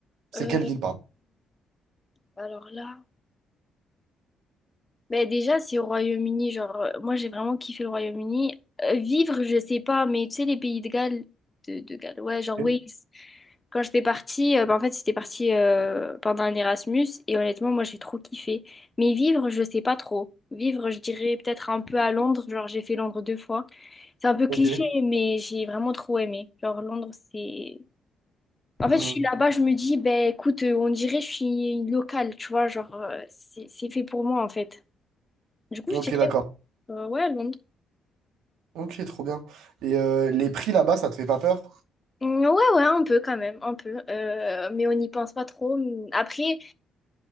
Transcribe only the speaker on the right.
C'est
quelle ville, pardon?
Ok.
Ok,
Mhm.
Ok,
d'accord.
Ok, trop bien. Et euh, les prix là-bas, ça te fait pas peur?